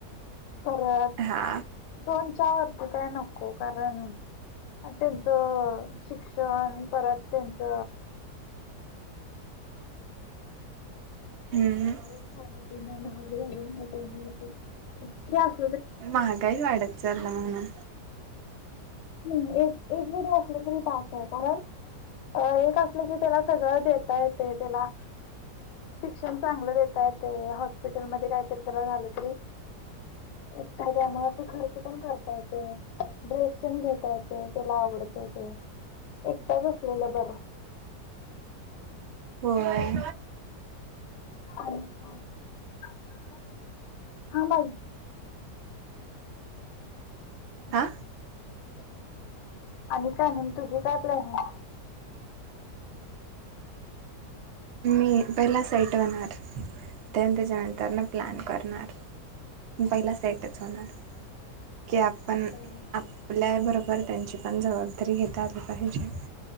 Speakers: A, on the left; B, on the right.
A: परत
B: हा
A: दोन च्या वरती काय नको, कारण त्यांच शिक्षण परत त्यांच
B: हम्म
A: खाणं पिणं महाग झालंय <unintelligible>
B: महागाई वाढत <unintelligible>
A: ह् एक, एक जरी असलं तरी बासय, कारण एक असलं तरी त्याला सगळं देता येतय, त्याला शिक्षण चांगलं देता येतय, हॉस्पिटल मध्ये काहीतरी त्याला झालं तरी का त्यामुळे अस खर्च पण करता येतय, ड्रेस पण घेत येतय त्याला आवडतय ते. एकटाच असलेलं बरं.
B: होय
A: <unintelligible> <unintelligible>
B: हा
A: आणि काय नाहीे तुझी काय प्लॅनिंगय?
B: मी पहिला सेट होणार, देन त्याच्यानंतरन प्लॅन करणार. पहिला सेटच होणार. की आपण
A: आहे
B: आपल्या बरो वर त्यांची पण जबाबदारी घेता आली पाहिजे.